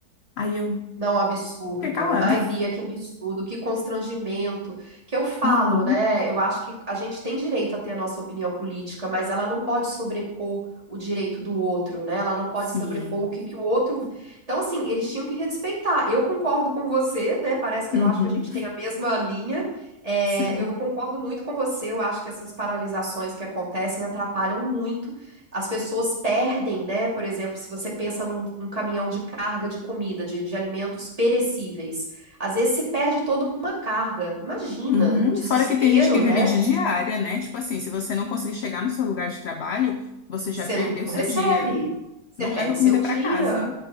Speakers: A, on the left; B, on the right.
A: Aí eu
B: Não, absurdo.
A: fiquei calada.
B: Ai, Bia,
A: <laughs>
B: que absurdo, que constrangimento. Que eu falo,
A: Uhum.
B: né? Eu acho que a gente tem direito a ter a nossa opinião política, mas ela não pode sobrepor o direito do outro, né? Ela não pode
A: Sim.
B: sobrepor o que, que o outro. Então, assim, eles tinham que respeitar. Eu concordo com você, né? Parece que
A: Uhum.
B: eu acho que a gente tem a mesma linha. É,
A: Sim.
B: eu concordo muito com você. Eu acho que essas paralisações que acontecem atrapalham muito as pessoas perdem, né? Por exemplo, se você pensa num, num caminhão de carga de comida, de, de alimentos perecíveis, às vezes se perde toda uma carga. Imagina
A: Uhum.
B: o desespero,
A: Fora que tem gente que
B: né?
A: vive de diária, né? Tipo assim, se você não conseguir chegar no seu lugar de trabalho, você já
B: Você
A: perdeu
B: não
A: seu
B: recebe,
A: dia.
B: você
A: Não
B: perde
A: leva comida
B: seu dia.
A: para casa.